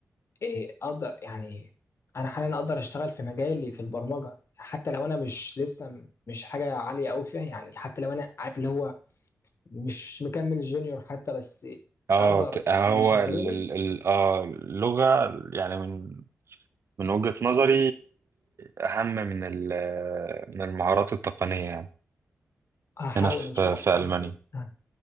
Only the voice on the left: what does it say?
إيه اقدر يعني انا حاليا اقدر اشتغل في مجالي في البرمجه حتى لو انا مش لسه م- مش حاجه عاليه قوي فيها يعني حتى لو انا عارف اللي هو مش مكمل جونيور حتى بس
اقدر
يشغلوني
هحاول
ان شاء
الله
يعني